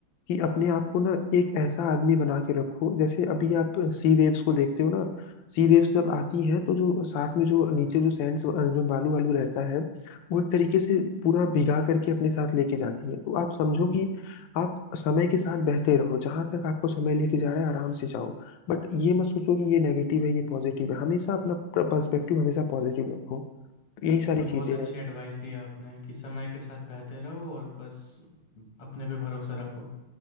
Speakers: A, on the left (about 70°); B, on the left (about 80°).
A: कि अपने आप को ना एक ऐसा आदमी बना के रखो जैसे अभी आप सी वेव्स को देखते हो ना सी वेव्स जब आती हैं तो जो साथ में जो नीचे जो सैंड जो बालू वालू रहता है वो एक तरीके से पूरा भिगा करके अपने साथ लेके जाती है तो आप समझो कि आप समय के साथ बहते रहो जहां तक आपको समय लेके जा रहा है आराम से जाओ बट ये मत सोचो कि ये नेगेटिव है ये पॉजिटिव है हमेशा अपना पर्सपेक्टिव हमेशा पॉजिटिव रखो तो यही सारी
B: ये तो बहुत
A: चीजें
B: अच्छी
A: हैं
B: एडवाइस दी आपने कि समय के साथ बहते रहो और बस अपने पे भरोसा रखो